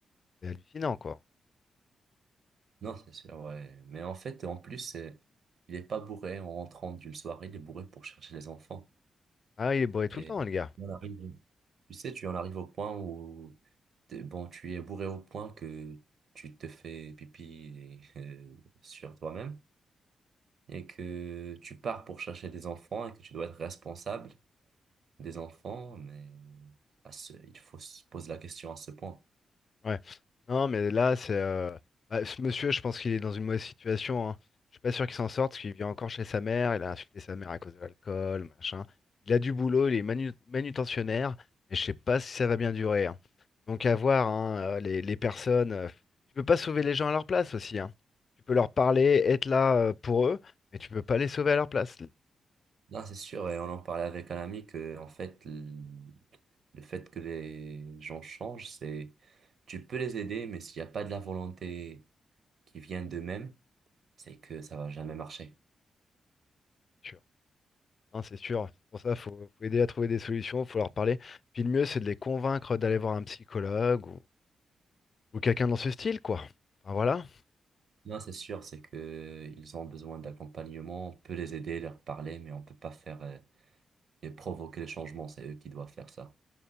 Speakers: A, on the left (about 55°); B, on the right (about 65°).
A: c'est hallucinant, quoi.
B: Non, c'est sûr, ouais. Mais en fait, en plus, c'est- il est pas bourré en rentrant d'une soirée, il est bourré pour chercher les enfants.
A: Ah, il est bourré tout
B: Et
A: le temps, le gars.
B: on arrive- tu sais, tu en arrives au point où T'es- Bon, tu es bourré au point que tu te fais pipi et, <laughs> euh, sur toi-même et que tu pars pour chercher des enfants et que tu dois être responsable des enfants, mais à ce, il faut se poser la question à ce point.
A: Ouais. Non, mais là, c'est. euh, bah, ce monsieur, je pense qu'il est dans une mauvaise situation. hein. Je suis pas sûr qu'il s'en sorte, parce qu'il vit encore chez sa mère. Il a insulté sa mère à cause de l'alcool, machin. Il a du boulot, il est manu- manutentionnaire, mais je sais pas si ça va bien durer. hein. Donc à voir, hein, euh, les, les personnes. euh, tu peux pas sauver les gens à leur place aussi. hein. Tu peux leur parler, être là euh, pour eux, mais tu peux pas les sauver à leur place. c'est
B: Non, c'est sûr, et on en parlait avec un ami que, en fait, l- le fait que les gens changent, c'est tu peux les aider, mais s'il n'y a pas de la volonté qui vient d'eux-mêmes, c'est que ça va jamais marcher.
A: sûr. Non, c'est sûr. C'est pour ça, faut, faut aider à trouver des solutions, faut leur parler. Puis le mieux, c'est de les convaincre d'aller voir un psychologue Ou quelqu'un dans ce style, quoi. Enfin, voilà.
B: Non, c'est sûr, c'est que ils ont besoin d'accompagnement, on peut les aider, leur parler, mais on peut pas faire euh, et provoquer les changements, c'est eux qui doivent faire ça.